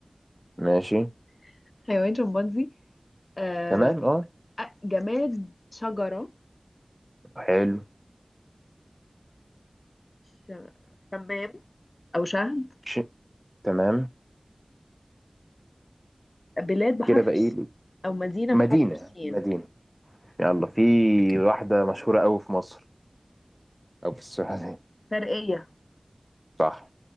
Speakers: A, in the centre; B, on the left.
A: ماشي
B: <laughs> حيوان شمبانزي آه،
A: تمام اه
B: آه، جماد شجرة
A: حلو
B: ش- شمام أو شهد
A: ش... تمام
B: بلاد بحرف
A: كده بقى
B: الشين
A: ايه
B: أو مدينة
A: مدينة
B: بحرف الشين
A: مدينة يلا في واحدة مشهورة قوي في مصر او في السعودية
B: شرقية
A: صح